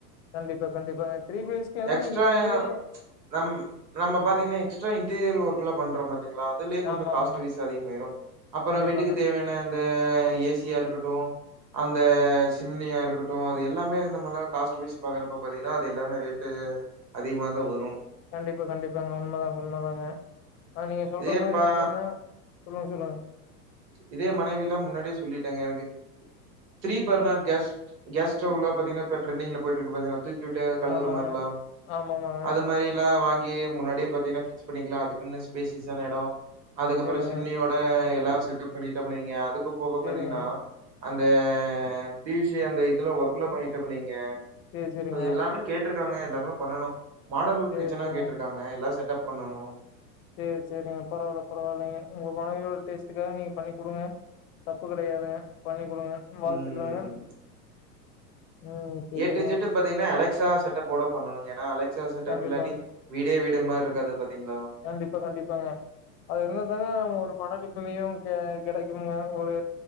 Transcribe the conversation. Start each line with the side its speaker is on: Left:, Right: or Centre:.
Left: கண்டிப்பா கண்டிப்பாங்க த்ரீ பி எச் கேல்லா
Right: எக்ஸ்ட்ரா
Left: நீங்க கீழயே
Right: நம் நம்ம பாத்தீங்கன்னா எக்ஸ்ட்ரா இன்டீரியல் ஒர்க்ல பண்றோம் பாத்தீங்களா அதுலே கொஞ்ச
Left: ஆமா
Right: காஸ்ட்
Left: ஆமாங்க
Right: வைய்ஸ் அதிகமாயிரு அப்பற
Left: கண்டிப்பாங்க
Right: வீட்டுக்கு தேவையான இந்த ஏசியா இருக்கட்டு அந்த சிம்னியா இருக்கட்டு அது எல்லாமே நம்மலா காஸ்ட் வய்ஸ் பாக்கறப்ப பாத்தீங்கன்னா அது எல்லாமே ரேட் டு அதிகமாதா வரு
Left: கண்டிப்பா கண்டிப்பாங்க உண்மதாங்க உண்மதாங்க ஆ நீங்க சொல்ற
Right: இதேப்பா
Left: மாரி எப்டின்னா சொல்லுங்க சொல்லுங்க
Right: இதே மனைவில்லா முன்னாடியே சொல்லிட்டேங்க எனக்கு த்ரீ பர்னர் கேஸ் கேஸ் ஸ்டவ்ல பாத்தீங்கன்னா இப்ப ட்ரெண்டிங்ல போயிட் இருக்கு பாத்தீன்னா தூக்கிவுட்டு கழுவுற
Left: ஆமாங்க
Right: மார்லா
Left: ஆமா ஆமாங்க
Right: அது மாரில்லா வாங் ஏ ஐ முன்னாடியே பாத்தீங்ன்னா பிக்ஸ் பண்ணிக்லா அதுக்குன்னு ஸ்பேஸீஸ் ஆன எடொ அதுக்கப்பற
Left: சரிங்க
Right: சிம்னியோ ப எல்லா செட்டப் பண்ணிட்டம்னு வைய்ங்க அதுக்கு போக
Left: சேரிங்க
Right: பாத்தீங்ன்னா அந்த பிசி அந்த இதுல ஒர்க்லா பண்ணீட்டம் வைங்க
Left: சேரி சேரிங்க
Right: எல்லாமே கேட்டிருக்காங்க எல்லாமே பண்ணனு மாடல்
Left: சேரி
Right: கிச்சனா
Left: சேரிங்க
Right: கேட்டிருக்காங்க எல்லா செட்டப் பண்ணனு
Left: செரி செரிங்க பரவாயில்ல பரவாயில்லைங்க உங்க மனைவியோட டேஸ்ட்டுக்காக நீங்க பண்ணி குடுங்க தப்பு கெடையாதுங்க பண்ணி குடுங்க வாழ்த்துக்கள்ங்க
Right: ம்
Left: ம் சேரிங்க
Right: ஏ டூ இஜட்டு பாத்தீங்ன்னா அலெக்ஸா செட்டப் ஓட பண்ணனுங்க ஏனா அலெக்ஸா செட்டப்
Left: கண்டிப்பாங்க
Right: இல்லாட்டி வீடே வீடு மாரி இருக்காது பாத்தீங்ளா
Left: கண்டிப்பா கண்டிப்பாங்க அது இருந்தா தாங்க ஒரு மண <unintelligible> க கெடைக்கும்ங்க ஒரு